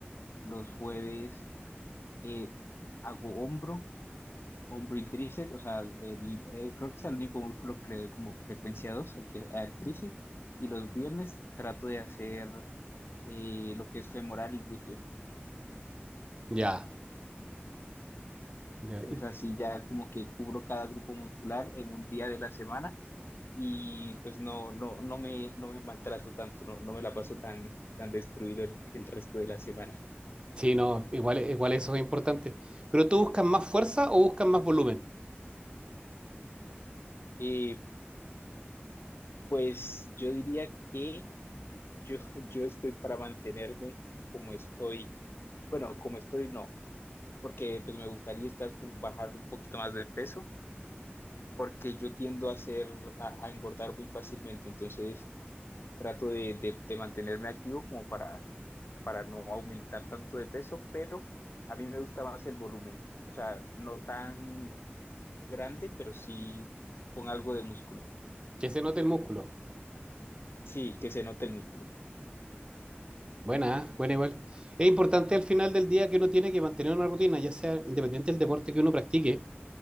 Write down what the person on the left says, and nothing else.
Los jueves eh, hago hombro, hombro y tríceps. O sea, el- eh, creo que es el único músculo que le doy como frecuencia 2 al que- al tríceps. Y los viernes trato de hacer eh, lo que es femoral y glúteo.
Entonces
así ya como que cubro cada grupo muscular en un día de la semana y pues no, no, no me, no me maltrato tanto, no, no me la paso tan, tan destruido el, el resto de la semana.
Eh, pues yo diría que yo, yo, <laughs> yo estoy para mantenerme como estoy, bueno, como estoy no, porque pues me gustaría estar con, bajar un poquito más de peso, porque yo tiendo a hacer, a, a engordar muy fácilmente, entonces trato de, de, de mantenerme activo como para para no aumentar tanto de peso, pero a mí me gusta más el volumen, o sea, no tan grande, pero sí con algo de músculo.
Sí, que se note el músculo.